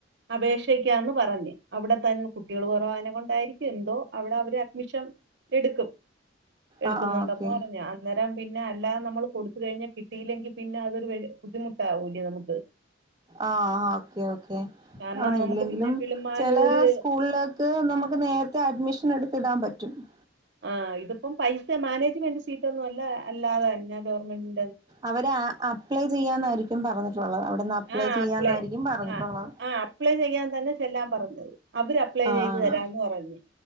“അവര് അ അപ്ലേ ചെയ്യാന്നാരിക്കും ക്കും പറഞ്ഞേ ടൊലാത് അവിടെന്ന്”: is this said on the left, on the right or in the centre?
Right